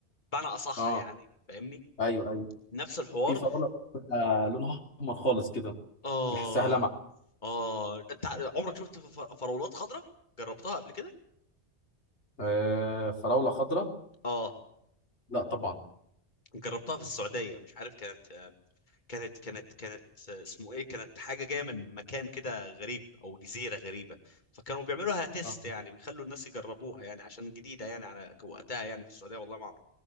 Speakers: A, on the left; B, on the left.
A: بمعنى اصح
B: اه
A: يعني فاهمني
B: ايوه ايوه
A: نفس الحوار
B: في فراوله بتبقى لونها احمر خالص كده
A: اه
B: تحسها لمعه
A: اه انت عمرك شفت ف- فراولات خضراء جربتها قبل كده
B: آه فراوله خضراء
A: اه
B: لا طبعا
A: جربتها في السعوديه مش عارف كانت كانت كانت كانت اسمه ايه كانت حاجه جايه من مكان كده غريب او جزيره غريبه فكانوا بيعملوها تيست
B: اه
A: يعني بيخلوا الناس يجربوها يعني عشان جديده يعني على وقتها يعني في السعوديه والله ما اعرف